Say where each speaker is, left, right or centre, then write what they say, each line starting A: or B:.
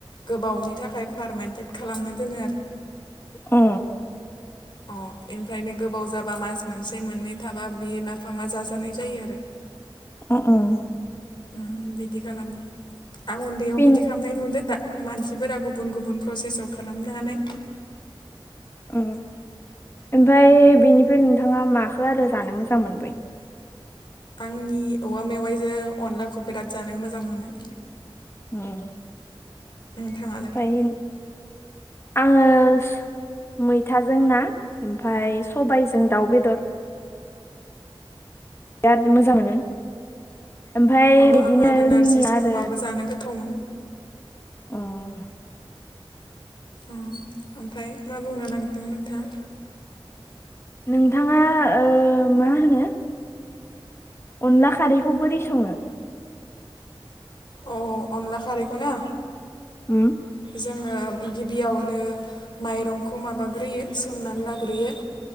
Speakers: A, on the left (about 55°); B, on the left (about 25°).
A: गोबावनि थाखाय फारमानटेट खालामनो दोनो आरो।
B: अ
A: अ इनिफ्रायनो गोबाव जाबा मास मोनसे मोननै थाबा बेयो नाफामा जाजानाय जायो आरो।
B: उम उम
A: उम बिदि खालामो आं उन्दैयाव
B: बेनि
A: बिदि खालामनाय नुदो दा मानसिफोरा गुबुन गुबुन प्रसेसाव खालामनो हानाय
B: ओ ओमफ्राय बेनिफ्राय नोंथाङा माखो आरो जानो मोजां मोनबाय?
A: आंनि औवा मेवाइजों अनलाखौ बिराद जानो मोजां मोनो।
B: उम
A: नोंथाङालाय
B: ओमफाय आङो स मैथाजों ना ओमफाय सबायजों
A: अ
B: दाउ बेदर बिराद मोजां मोनो ओमफाय
A: आं
B: बिदिनो
A: आरो
B: जोंनि
A: नारजिजों
B: आरो
A: अमाबो जानो गोथाव मोनो।
B: उम
A: उम ओमफ्राय मा बुंनो नागिरदों नोंथा?
B: नोंथाङा ओ मा होनो अनला खारैखौ बोरै सङो?
A: औ अनला खारैखौ ना
B: उम
A: जोङो गिबियावनो माइरंखौ माबाग्रोयो सोमनानै लाग्रोयो।